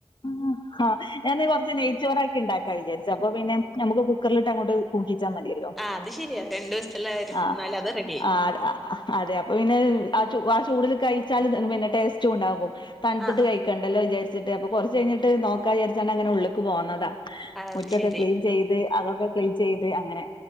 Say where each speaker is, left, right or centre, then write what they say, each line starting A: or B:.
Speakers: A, on the left (about 50°); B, in the centre.
A: ആഹ ഞാന്ന് കുറച്ച് നെയ്ച്ചോറ ആക്കി ഉണ്ടാക്കാ വിചാരിച്ചു അപ്പൊ പിന്നെ നമുക്ക് കുക്കറിലിട്ട് അങ്ങോട്ട് കിച്ചാ മതിയല്ലോ
B: ആഹ് അത് ശരിയാ രണ്ടു വയസ്സുള്ള കാര്യം
A: ആ
B: എന്നാലും അത് റെഡിയായി
A: ആ അതെ അപ്പൊ പിന്നെ ആ ആ ചൂടിൽ കഴിച്ച പിന്നെ ടെസ്റ്റും ഉണ്ടാകും തണുത്തിട്ട്
B: ആഹ്
A: കഴിക്കണ്ടല്ലോ വിചാരിച്ചിട്ട് അപോ കൊറച്ച് കഴിഞ്ഞിട്ട് നോക്കാ വിചാരിച്ചാണ്ട് അങ്ങനെ ഉള്ളുക്ക് പോന്നതാ
B: ആഹ് അത്
A: മുറ്റൊക്കെ
B: ശരി
A: ക്ലീൻ ചെയ്ത് അതൊക്കെ ക്ലീൻ ചെയ്ത് അങ്ങനെ